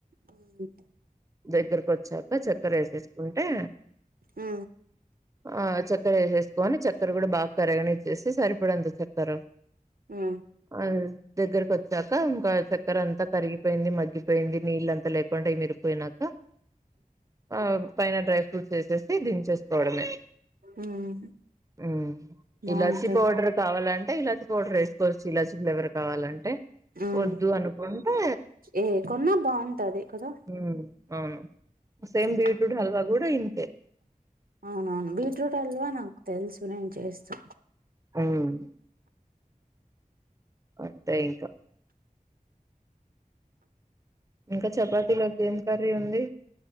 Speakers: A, on the right; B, on the right.
A: ఉ
B: దగ్గరకు వచ్చాక చక్కర వేసేసుకుంటే
A: హు
B: ఆ చక్కెర వేసేసుకొని చక్కెర కూడ బాగ కరగనిచ్చేసి సరిపడింత చక్కర
A: ఆ
B: ఆ దగ్గరకి వచ్చాక ఇంకా చక్కెర అంత కరిగిపోయింది మగ్గిపోయింది నీళ్లు అంతా లేకుండా ఇమీరు పోయినాక అ పైన డ్రై ఫ్రూట్స్ వేసేసి దింపేసి డమే
A: ఉమ్
B: హమ్
A: బాగుంటది
B: ఇలాచి పౌడర్ కావాలంటే ఇలాచి పౌడర్ వేసుకోవచ్చు ఇలాచి ఫ్లేవర్ కావాలంటే
A: ఉమ్
B: వద్దు అనుకుంటే
A: ఏ కొన్నా బాగుంటది కదా
B: హు అవును సేమ్
A: ఉమ్
B: బీట్రూట్ హల్వా కూడా ఇంతే.
A: అవునవును బీట్రూట్ హల్వ నాకు తెలుసు నేను చేస్తా.
B: ఉమ్. అంతే ఇంకా. ఇంకా చపాతిలోకి ఏం కర్రీ ఉంది.